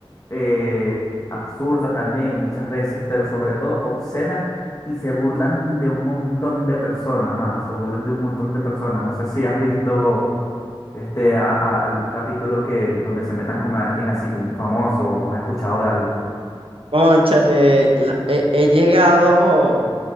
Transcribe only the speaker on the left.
eh, absurda también en muchas veces, pero sobre todo obscena y se burlan de un montón de personas, mano, se burlan de un montón de personas. No sé si has visto este a- a- algún capítulo que donde se metan con alguien así, con un famoso, o has escuchado de algo.